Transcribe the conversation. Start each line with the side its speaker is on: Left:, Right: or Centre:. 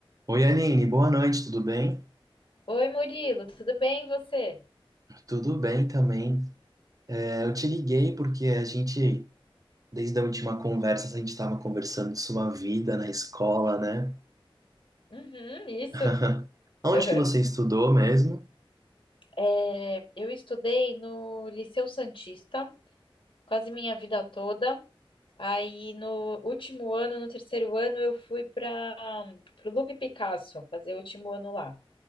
Right: Oi, Aline, boa noite, tudo bem?
Left: Oi, Murilo, tudo bem e você?
Right: Tudo bem também. É, eu te liguei porque a gente, desde a última conversa, a gente estava conversando de sua vida na escola, né?
Left: Uhum, isso.
Right: <laughs> Onde
Left: <laughs>
Right: que você estudou mesmo?
Left: É, eu estudei no Liceu Santista quase minha vida toda. Aí no último ano, no terceiro ano, eu fui para o Lupe Picasso fazer o último ano lá.